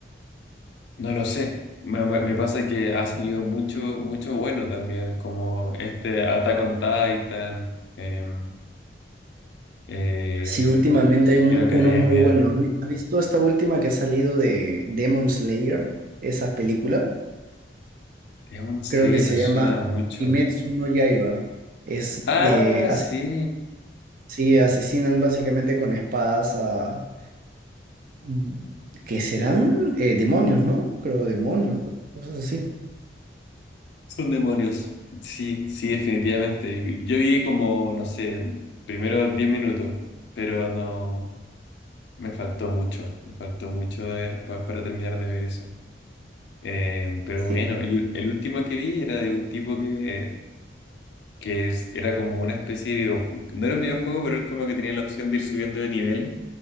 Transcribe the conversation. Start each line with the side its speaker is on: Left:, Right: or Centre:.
Left: no lo sé. Me, me- me pasa que ha salido mucho, mucho bueno también, como este Attack on Titan, em, eh,
Right: Sí, últimamente hay mun-
Left: Hero Academia.
Right: unos muy buenos. Vi- ¿Has visto esta última que ha salido de Demon Slayer? Esa película.
Left: Demon Slayer
Right: Creo que se
Left: me suena
Right: llama
Left: mucho.
Right: Kimetsu no Yaiba. Es
Left: Ah,
Right: de
Left: sí.
Right: Sí, asesinan básicamente con espadas a... mm, que serán Eh, demonios, ¿no? Creo demonios, cosas así.
Left: Son demonios. Sí, sí, definitivamente. Y- Yo vi como, no sé, primero 10 minutos, pero no, me faltó mucho, me faltó mucho de, pa- para terminar de ver eso. Eh, pero
Right: Sí.
Left: bueno, y el el último que vi era de un tipo que, que es- era como una especie de videojuego. No era un videojuego, pero él como que tenía la opción de ir subiendo de niveles